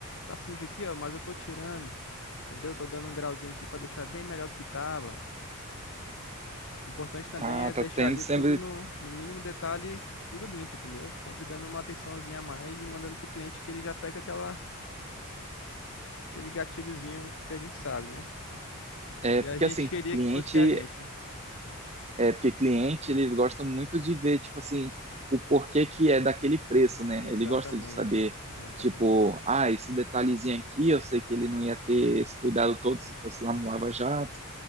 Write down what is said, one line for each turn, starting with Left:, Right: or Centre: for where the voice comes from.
Left: tá sujo aqui, ó, mas eu estou tirando, entendeu? Estou dando um grauzinho aqui para deixar bem melhor do que tava. O importante também
Right: Ah,
Left: é
Right: tá
Left: deixar
Right: tendo
Left: ali
Right: sempre.
Left: tudo no, no mínimo detalhe, tudo limpo, entendeu? Sempre dando uma atençãozinha a mais e mandando pro cliente que ele já pega aquela, aquele gatilhozinho que a gente sabe, né?
Right: É,
Left: Que
Right: porque
Left: a gente
Right: assim,
Left: queria
Right: cliente
Left: que fosse que é a gente, né?
Right: É, porque cliente, eles gostam muito de ver, tipo assim, o porquê que é daquele preço, né?
Left: Exatamente,
Right: Ele gosta de saber,
Left: amigo. exatamente,
Right: tipo, ah, esse detalhezinho aqui, eu sei que ele não ia ter esse cuidado todo se fosse lá no Lava Jato,